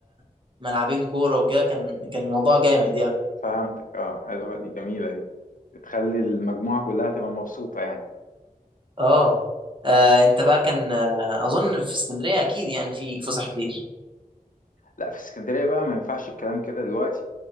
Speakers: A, on the right (about 35°); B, on the left (about 65°).
A: وملعبين كوره وكده كان كان الموضوع جامد يعني
B: فهمتك اه حلوه دي جميله دي بتخلي المجموعه كلها تبقى مبسوطه يعني
A: اه آه، انت بقى كان آه، اظن في اسكندريه اكيد يعني في فسح كتير
B: لا في اسكندرية بقى ما ينفعش الكلام كده دلوقتي